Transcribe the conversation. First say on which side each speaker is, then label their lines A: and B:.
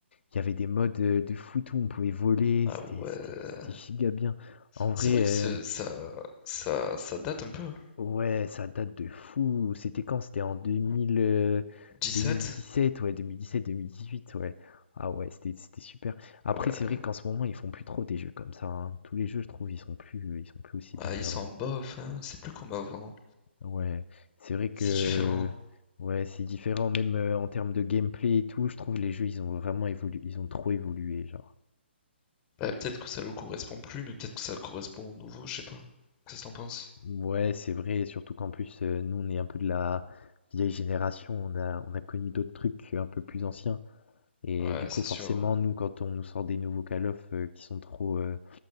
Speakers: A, on the left (about 70°); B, on the left (about 15°).
A: Il y avait des modes, heu, de foot où on pouvait voler,
B: Ah
A: c'était
B: ouais.
A: c'était c'était giga bien. En vrai,
B: C'est vrai que ce-
A: heu,
B: ça, ça, ça date un peu. hein.
A: ouais, ça date de fou. C'était quand? C'était en 2000, heu, 2017,
B: sept
A: ouais, 2017-2018, ouais. Ah ouais, c'était c'était super. Après,
B: Ouais.
A: c'est vrai qu'en ce moment, ils font plus trop des jeux comme ça, hein. Tous les jeux, je trouve, ils sont plus, ils sont plus aussi bien
B: Ah, ils
A: qu'avant.
B: sont bof, hein. C'est plus comme avant.
A: Ouais, c'est vrai que
B: C'est différent.
A: ouais, c'est différent même, heu, en termes de gameplay et tout. Je trouve les jeux, ils ont vraiment évolué ils ont trop évolué, genre.
B: Bah, peut-être que ça leur correspond plus, mais peut-être que ça correspond au nouveau, je sais pas. Qu'est-ce que t'en penses?
A: Ouais, c'est vrai, surtout qu'en plus, heu, nous, on est un peu de la vieille génération, on a on a connu d'autres trucs un peu plus anciens et
B: Ouais,
A: du coup,
B: c'est
A: forcément,
B: sûr.
A: nous, quand on nous sort des nouveaux Call of, heu, qui sont trop, heu,